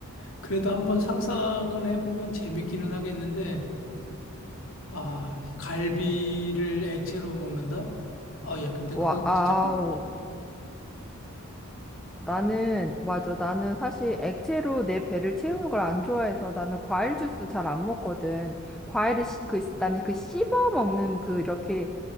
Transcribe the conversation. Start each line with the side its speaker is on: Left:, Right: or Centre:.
Left: 그래도 한번 상상은 해보면 재밌기는 하겠는데, 아, 갈비를 액체로 먹는다? 아, 야, 근데
Centre: 와,
Left: 그건
Centre: 아우.
Left: 진짜 끔,
Centre: 나는, 맞아. 나는 사실 액체로 내 배를 채우는 걸 안 좋아해서 나는 과일 주스 잘 안 먹거든. 과일을 씹- 그, 나는 그 씹어 먹는 그 이렇게